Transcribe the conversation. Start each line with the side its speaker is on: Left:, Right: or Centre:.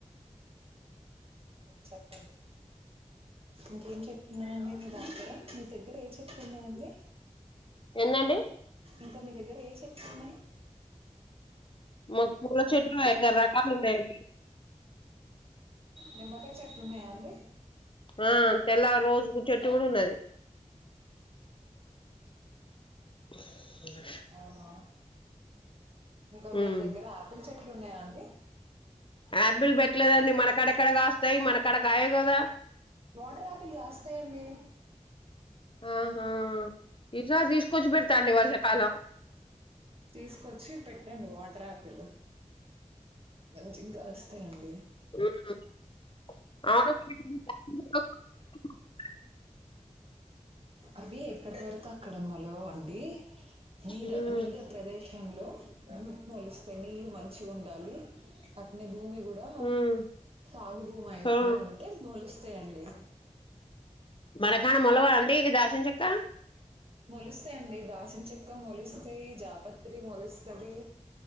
Right: చెప్పండి ఇంకేం చెట్లున్నాయండి మీ దగ్గర మీ దగ్గర ఏ చెట్లున్నాయండి
Left: ఏందండి
Right: ఇంకా మీ దగ్గర ఏ చెట్లు ఉన్నాయి
Left: మాకు పూల చెట్లు ఐదారు రకాలు ఉన్నాయండి.
Right: నిమ్మకాయ చెట్లు ఉన్నాయండి
Left: ఆ తెల్ల రోజుపూ చెట్టు కూడా ఉన్నది. <inaudible>
Right: ఆహా ఇంకా మీ
Left: ఉమ్
Right: దగ్గర ఆపిల్ చెట్లు ఉన్నాయా అండి
Left: ఆపిల్ పెట్టలేదండి మనకాడక్కెడ కాస్తాయి మనకాడ కాయవు కదా
Right: వాటర్ ఆపిల్ కాస్తాయండి
Left: ఆహా ఈసారి తీసుకొచ్చి పెడతాఅండి వర్షాకాలం
Right: తీసుకొచ్చి పెట్టండి వాటర్ ఆపిల్ మంచిగ కాస్తాయండి
Left: అవును
Right: అవి ఎక్కడ పడితే అక్కడ మొలవవండీ నీరు
Left: ఉమ్
Right: నీరు ప్రదేశంలో మొలిస్తే నీళ్లు మంచిగుండాలి అట్నే భూమి కూడా
Left: ఉమ్
Right: సాగు భూమి అయి
Left: హా
Right: ఉంటే <unintelligible> అంతే అండి
Left: మడకాడా మొలవ్వా అండి ఇగ దాసిం చెక్క
Right: మొలుస్తాయండి దాసిన చెక్క మొలుస్తాయి జాపత్రి మొలుస్తది